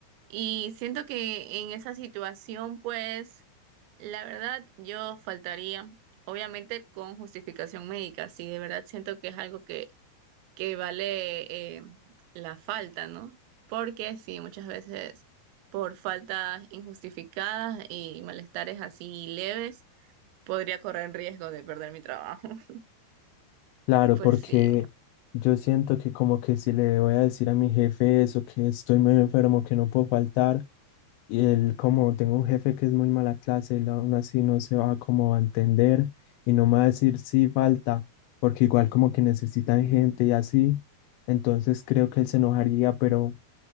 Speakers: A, on the right; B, on the left.
A: y siento que en esa situación, pues la verdad yo faltaría, obviamente con justificación médica, sí, de verdad siento que es algo que, que vale eh, la falta, ¿no? Porque sí, muchas veces por faltas injustificadas y malestares así leves. podría correr en riesgo de perder mi trabajo. <laughs>
B: Claro,
A: Pues
B: porque
A: sí,
B: yo siento que como que si le voy a decir a mi jefe eso, que estoy muy enfermo, que no puedo faltar, y él como tengo un jefe que es muy mala clase, él aún así no se va como a entender y no me va a decir sí falta, porque igual como que necesitan gente y así, entonces creo que él se enojaría, pero